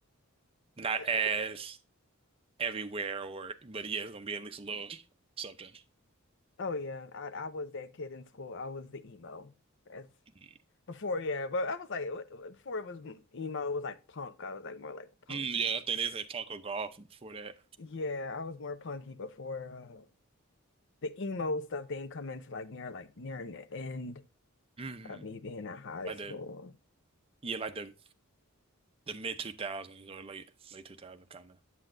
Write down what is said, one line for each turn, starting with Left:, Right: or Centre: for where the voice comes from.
Right: not
Left: It's-
Right: as everywhere, or but yeah, it's gonna be at least a little something.
Left: oh yeah, I I was that kid in school. I was the emo. That's
Right: Mm,
Left: before, yeah, but I was like, before it was emo, it was like punk. I was like more like punky.
Right: yeah, I think they said Funko Golf before that.
Left: Yeah, I was more punky before uh, the emo stuff didn't come into like near like near the end
Right: Mm,
Left: of me being in high
Right: like
Left: school.
Right: the yeah, like the the mid two thousands or late late two thousand kind of.